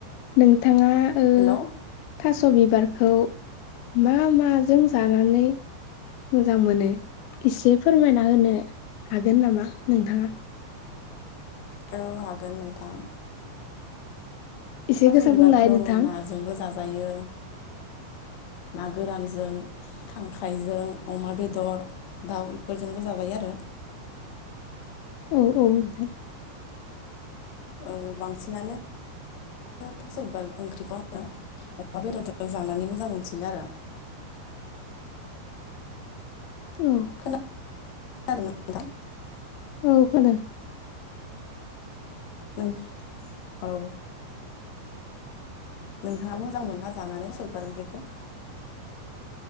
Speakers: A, on the left; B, on the left.
A: नोंथाङा ओ
B: हेल'
A: थास' बिबारखौ मा माजों जानानै मोजां मोनो एसे फोरमायना होनो हागोन नामा नोंथाङा?
B: औ हागोन नोंथां।
A: एसे
B: थास'
A: गोसा
B: बिबारखौ
A: बुंलाय नोंथां
B: नाजोंबो जाजायो ना गोरानजों खांख्रायजों अमा बेदर दाउ इफोरजोंबो जाजायो आरो।
A: औ औ नोंथां।
B: औ बांसिनानो ओ थास' बिबार ओंख्रिखो आंना अमा बेदरदों जानानै मोजां मोनसिनो आरो।
A: औ
B: खोना आदों नोंथां।
A: औ खोनादों।
B: नों औ नोंथाङा मोजां मोनना जानानै थास' बिबार ओंख्रिखौ?